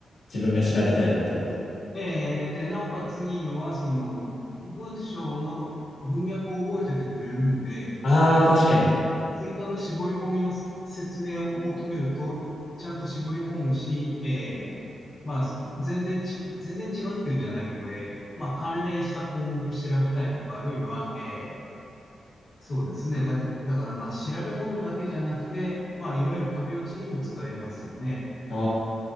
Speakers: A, on the left (about 75°); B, on the left (about 40°).
A: 自分が調べたいことを。
B: えーで、なおかついいのは、その、文章の文脈を覚えててくれるんで、
A: ああ、確かに。
B: 追加の絞り込みの説明を求めると、ちゃんと絞り込むし、えーまあ、全然ち、全然違うっていうんじゃないけど、えーまあ、関連した項目調べたいとか、あるいは、えーそうですね。だか、だからまあ、調べ物だけじゃなくて、まあ、いわゆる壁打ちにも使えますよね。
A: あ